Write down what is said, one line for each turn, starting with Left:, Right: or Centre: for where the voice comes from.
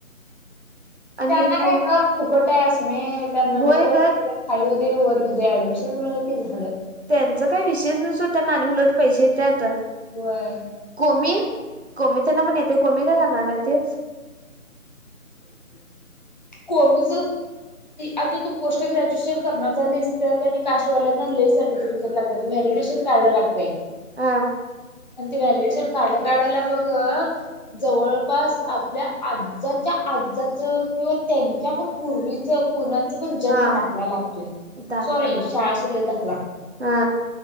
Right: आणि
Left: त्यांना
Right: कोण
Left: काय का फुकट आहे असु मी त्यांना
Right: होय
Left: टक्केवरी
Right: ग
Left: खा. वरू दे ऍडमिशन म्हलं की झालं.
Right: त्यांच काही विषयष नसो त्यांना आणि उलट पैसे येतत
Left: होय.
Right: कोमी कोमी त्यांना पण येते कोमी काय करणार आहे तेच
Left: <inaudible> कोमी आता <unintelligible> तू पोस्ट ग्रॅज्युएशन करणार झालीस तरर आणि कास्वाल्यांना हे सर्टिफिकेट तरी लागतय वैल्यूएशन कार्ड लागतय
Right: हा
Left: ते वैल्यूएशन कार्ड कार्ड काढायला बघ जवळपास आपल्या आजाच्या आजजाचं किंवा त्यांच्या पण पूर्वीचं कणा पण जन्म
Right: हा
Left: दाखला लागतोय
Right: दाखला
Left: सॉरी
Right: लागतो
Left: शाळा सुडलेल दाखला
Right: हा